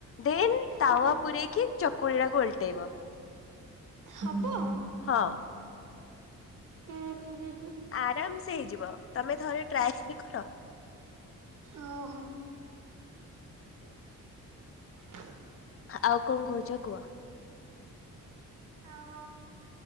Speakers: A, on the left (about 40°); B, on the right (about 60°).
A: ଦେନ ତାୱା
B: ହୁଁ
A: ପୂରେଇକି ଚକୁଳି ଟାକୁ ଓଲଟେଇବ।
B: ହବ?
A: ହଁ।
B: ହୁଁ ହୁଁ ହୁଁ।
A: ଆରାମସେ ହେଇଯିବ। ତମେ ଥରେ ଟ୍ରାଏ କର?
B: ଓହୋ। <unintelligible>
A: ଆଉ କଣ କହୁଛ କୁହ?
B: ଆଉ